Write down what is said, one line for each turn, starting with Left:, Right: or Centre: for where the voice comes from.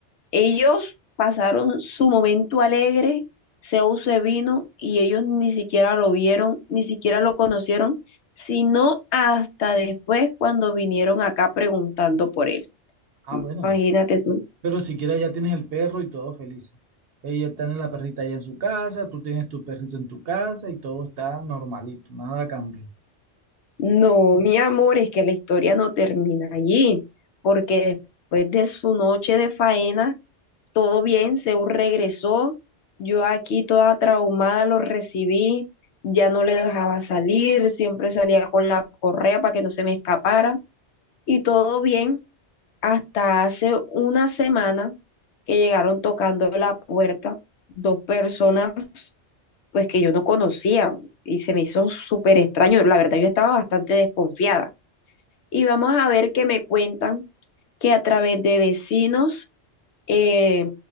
Left: ellos pasaron su momento alegre, Zeus se vino y ellos ni siquiera lo vieron, ni siquiera lo conocieron, sino hasta después cuando vinieron acá preguntando por él.
Right: Ah, bueno.
Left: Imagínate tú.
Right: Pero siquiera ya tienes el perro y todos felices. Ella está en la perrita allá en su casa, tú tienes tu perrito en tu casa y todo está normalito, nada cambió.
Left: No, mi amor, es que la historia no termina allí, porque después de su noche de faena, todo bien, Zeus regresó, yo aquí toda traumada lo recibí, ya no le dejaba salir, siempre salía con la correa para que no se me escapara, y todo bien, hasta hace una semana que llegaron tocando la puerta dos personas pues que yo no conocía, y se me hizo súper extraño, la verdad yo estaba bastante desconfiada. Y vamos a ver que me cuentan que a través de vecinos eh,